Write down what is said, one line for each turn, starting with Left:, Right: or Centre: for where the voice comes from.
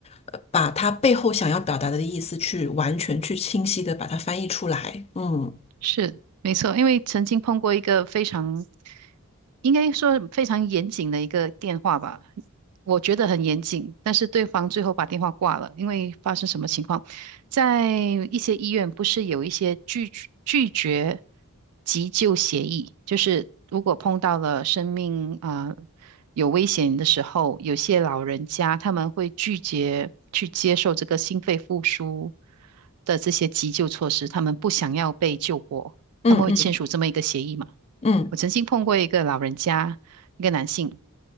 Left: 呃把它背后想要表达的意思去完全去清晰的把它翻译出来。嗯
Right: 是，没错，因为曾经碰过一个非常，应该说非常严谨的一个电话吧，我觉得很严谨，但是对方最后把电话挂了，因为发生什么情况，在一些医院不是有一些拒拒绝急救协议，就是如果碰到了生命啊。有危险的时候，有些老人家他们会拒绝去接受这个心肺复苏的这些急救措施，他们不想要被救活，
Left: 嗯嗯
Right: 他们会签署这么一个协议嘛？
Left: 嗯
Right: 我曾经碰过一个老人家，一个男性，